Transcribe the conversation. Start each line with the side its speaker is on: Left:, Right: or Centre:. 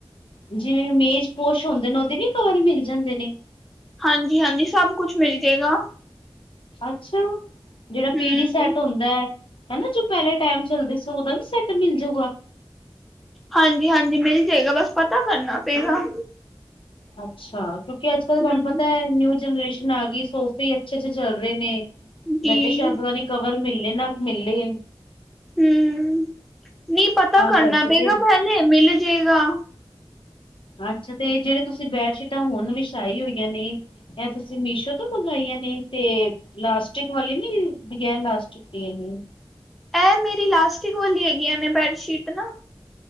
Left: ਜਿਵੇਂ ਮੇਜ਼ ਪੋਸ਼ ਹੁੰਦੇ ਨੇ, ਉਹਦੇ ਵੀ ਕਵਰ ਮਿਲ ਜਾਂਦੇ ਨੇ।
Centre: ਹਾਂਜੀ -ਹਾਂਜੀ, ਸਭ ਕੁਛ ਮਿਲਜੇਗਾ।
Left: ਅੱਛਾ, ਜਿਹੜਾ
Centre: ਹੂੰ,
Left: ਪੀੜ੍ਹੀ ਸੈਟ ਹੁੰਦਾ। ਹਨਾ ਜੋ ਪਹਿਲੇ ਟਾਈਮ ਚੱਲਦੇ ਸੀ, ਉਹਦਾ ਵੀ ਸੈੱਟ ਮਿਲਜੂਗਾ।
Centre: ਹਾਂਜੀ- ਹਾਂਜੀ ਮਿਲਜੇਗਾ, ਬੱਸ ਪਤਾ ਕਰਨਾ ਪਏਗਾ।
Left: ਅੱਛਾ, ਕਿਉਂਕਿ ਅੱਜ -ਕੱਲ੍ਹ ਤੁਹਾਨੂੰ
Centre: ਹੂੰ,
Left: ਪਤਾ ਐ ਨਿਊ ਜਨਰੇਸ਼ਨ ਆ ਗਈ, ਸੋਫੇ ਹੀ ਅੱਛੇ- ਅੱਛੇ ਚੱਲ ਰਹੇ ਨੇ।
Centre: ਜੀ
Left: ਮੈਂ ਕਿਹਾ ਸ਼ਾਇਦ ਉਹਨਾਂ ਦੀ ਕਵਰ ਮਿਲਲੇ ਨਾ ਮਿਲਲੇ।
Centre: ਹੂੰ, ਨਹੀਂ ਪਤਾ ਕਰਨਾ
Left: ਕਰਕੇ
Centre: ਪਏਗਾ
Left: ਤੇ
Centre: ਪਹਿਲੇ, ਮਿਲਜੇਗਾ।
Left: ਅੱਛਾ ਤੇ ਜਿਹੜੇ ਤੁਸੀਂ ਬੈਡਸ਼ੀਟਾਂ ਹੁਣ ਵਿਛਾਈ ਹੋਈਆਂ ਨੇ ਇਹ ਤੁਸੀਂ ਮੀਸ਼ੋ ਤੋਂ ਮੰਗਾਈਆਂ ਨੇ, ਤੇ ਲਾਸਟਿਕ ਵਾਲੀ ਨੇ ਨੀ ਬਗੈਰ ਲਾਸਟਿਕ। ਦੀਆਂ ਨੂੰ
Centre: ਇਹ ਮੇਰੀ ਲਾਸਟਿਕ ਵਾਲੀ ਹੈਗੀਆਂ ਨੇ ਬੈਡਸ਼ੀਟ ਨਾ।